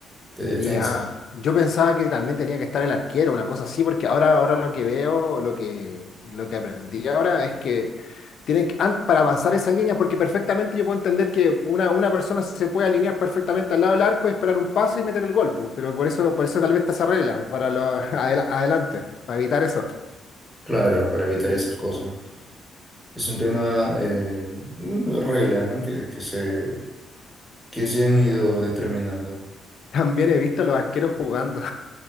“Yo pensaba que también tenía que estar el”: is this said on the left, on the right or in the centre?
Left